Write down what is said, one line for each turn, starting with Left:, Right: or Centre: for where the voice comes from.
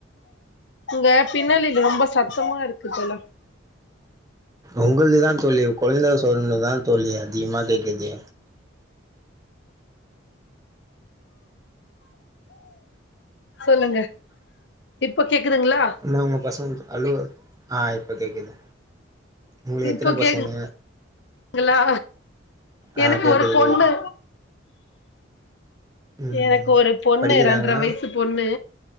Left: உங்க பின்னாலில் ரொம்ப சத்தமா இருக்கு போல
Right: உங்களுக்தா தோழி கொழ்ந்த சொன்னதா தோழி அதிகமா கேக்குது
Left: சொல்லுங்க இப்ப கேக்குதுங்ளா
Right: என்னா உங்க பசங்க அழுவ ஆ இப்ப கேக்குது உங்களுக்கு
Left: இப்போ
Right: எத்தன பசங்க
Left: கேக்குதுங்ளா
Right: ஆ
Left: எனக்கு
Right: கேக்குது
Left: ஒரு பொண்ணு
Right: கேக்குது ம்
Left: எனக்கு ஒரு பொண்ணு
Right: படிக்கிறாங்களா
Left: ரெண்ரை வயசு பொண்ணு